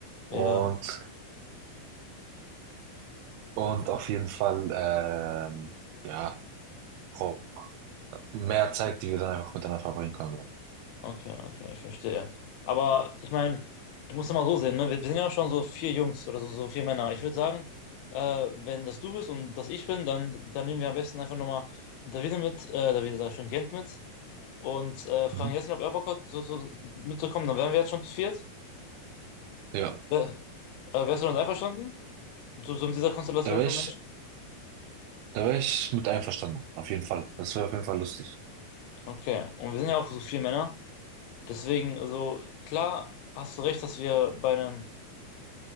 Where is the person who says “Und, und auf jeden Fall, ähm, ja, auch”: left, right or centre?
Right